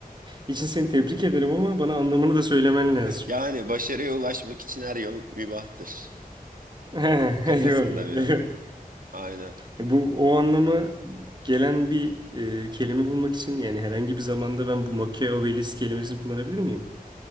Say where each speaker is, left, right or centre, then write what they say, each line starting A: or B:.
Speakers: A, on the right; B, on the right.
A: için seni tebrik ederim ama bana anlamını da söylemen lazım.
B: Yani başarıya ulaşmak için her yol mübahtır.
A: <laughs> Eyvallah.
B: Kafasında bir adam. Aynen.
A: E, Bu o anlama gelen bir e, kelime bulmak için yani herhangi bir zamanda ben bu Machiavellist kelimesini kullanabilir miyim?